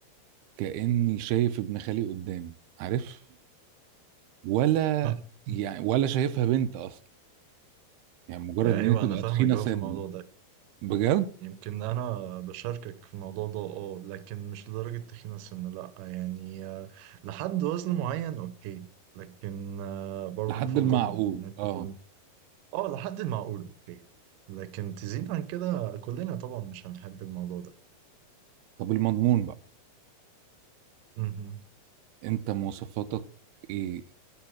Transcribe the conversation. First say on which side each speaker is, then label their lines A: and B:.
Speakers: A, on the right (about 85°); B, on the right (about 70°).
A: كاني شايف ابن خالي قدامي عارف ولا
B: <laughs>
A: يعني ولا شايفها بنت اصلا يعني مجرد
B: ايوه
A: ان هي تبقى
B: انا فاهمك
A: تخينه
B: قوي
A: سنه
B: في الموضوع ده
A: بجد
B: يمكن انا بشاركك في الموضوع ده اه لكن مش لدرجة تخين سن لا يعني آه، لحد وزن معين اوكي لكن آه، برضو
A: لحد
B: بفضل
A: المعقول
B: بنات
A: اه
B: تكون اه لحد المعقول اوكي لكن تزيد عن كده كلنا طبعا مش هنحب الموضوع ده
A: طب المضمون بقى
B: امم
A: انت مواصفاتك ايه